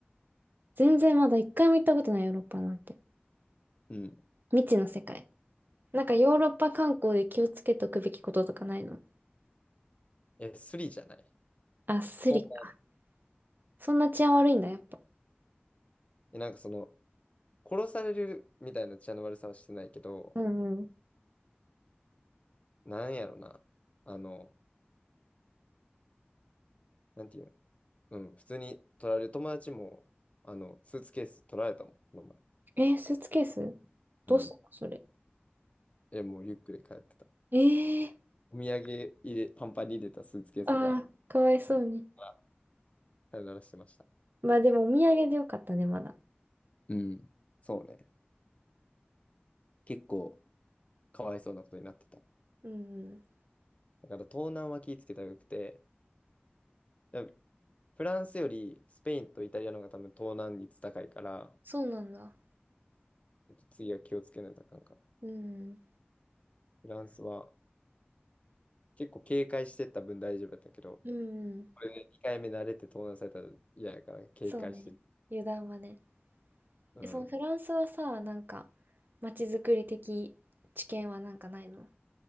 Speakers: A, on the right (about 55°); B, on the left (about 35°).
A: 全然まだ一回も行ったことないヨーロッパなんて。
B: うん。
A: 未知の世界。なんかヨーロッパ観光で気をつけておくべきこととかないの
B: え、スリじゃない。
A: あ、スリか。
B: 東南
A: そんな治安悪いんだ、やっぱ。
B: え、なんかその、殺されるみたいな血の悪さはしてないけど、
A: うんうん。
B: なんやろな。あの、なんていうの。うん、普通に取られる友達も、あの、スーツケース取られたもん、この前。
A: えー、スーツケースどうすんのそれ。
B: うん。え、もうリュックで帰ってた。
A: えー、
B: お土産入れ、パンパンに入れたスーツケースが、
A: あーかわいそうに。
B: まさよならしてました。
A: まあでもお土産でよかったね、まだ。
B: うん。そうね。結構、かわいそうなことになってた。
A: うんん。
B: だから東南は気ぃつけたらよくて、だからフランスよりスペインとイタリアの方が多分東南率高いから、
A: そうなんだ。
B: 次は気をつけないとあかんかな。
A: うんうん。
B: フランスは結構警戒してった分大丈夫だったけど、
A: うん。
B: これで2回目慣れて盗難されたら嫌やから警戒してる。
A: そうね。油断はね。
B: うん。
A: え、そのフランスはさ、なんか、まちづくり的知見はなんかないの